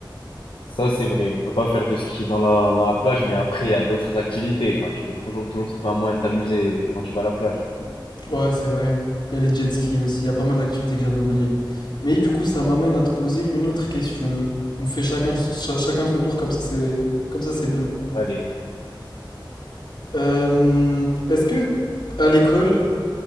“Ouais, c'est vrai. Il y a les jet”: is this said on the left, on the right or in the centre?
Left